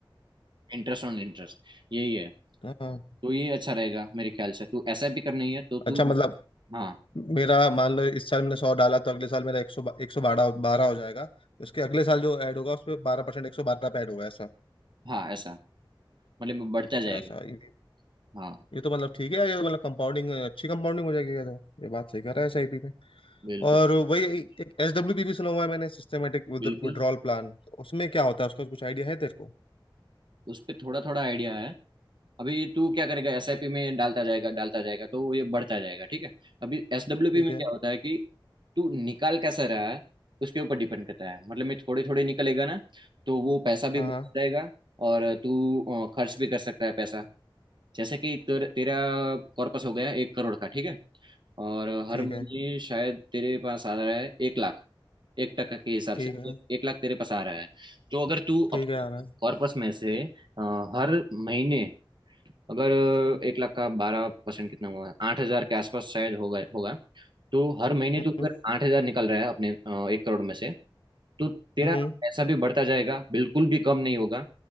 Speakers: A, on the right; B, on the left.
A: इंटरेस्ट ऑन इंटरेस्ट यही है
B: हाँ
A: तो ये अच्छा रहेगा मेरे ख्याल से तू ऐसा भी करनी है तो तू
B: अच्छा मतलब
A: हाँ
B: मेरा मान लो इस साल मैंने सौ डाला तो अगले साल मेरा एक सौ एक सौ बारह बारह हो जाएगा उसके अगले साल जो ऐड होगा उस पर बारह परसेंट एक सौ बारह पे ऐड होगा ऐसा
A: हाँ ऐसा मतलब बढ़ता जाएगा
B: ऐसा ये
A: हाँ
B: ये तो मतलब ठीक है यार ये तो मतलब कंपाउंडिंग अच्छी कंपाउंडिंग हो जाएगी ये तो ये बात सही कर रहा है एसआईपी में
A: बिल्कुल
B: और वही एक एस डब्ल्यू बी भी सुना हुआ है मैंने सिस्टमेटिक
A: बिल्कुल
B: विड्रॉल प्लान उसमें क्या होता है उसका कुछ आइडिया है तेरे को
A: उस पर थोड़ा थोड़ा आइडिया है अभी तू क्या करेगा एसआईपी में डालता जाएगा डालता जाएगा तो वो ये बढ़ता जाएगा ठीक है अभी एसडब्ल्यूपी
B: ठीक
A: में
B: है
A: क्या होता है कि तू निकाल कैसा रहा है उसके ऊपर डिपेंड करता है मतलब मैं थोड़े थोड़े निकलेगा ना तो वो पैसा भी
B: हाँ
A: बढ़ता
B: हाँ
A: जाएगा और तू अ, खर्च भी कर सकता है पैसा जैसे कि तेर, तेरा कॉर्पस हो गया एक करोड़ का ठीक है और हर
B: ठीक
A: महीने
B: है
A: शायद तेरे पास आ रहा है एक लाख एक टका के हिसाब
B: ठीक
A: से
B: है
A: एक, एक लाख तेरे पास आ रहा है तो अगर तू
B: ठीक
A: अपने
B: है आ रहा है
A: कॉर्पस में से अ, हर महीने अगर एक लाख का बारह परसेंट कितना हुआ है आठ हजार के आसपास शायद होगा होगा तो हर महीने
B: हम्म
A: तू अगर आठ हजार निकल रहा है अपने अ, एक करोड़ में से तो तेरा
B: हम्म
A: पैसा भी बढ़ता जाएगा बिल्कुल भी कम नहीं होगा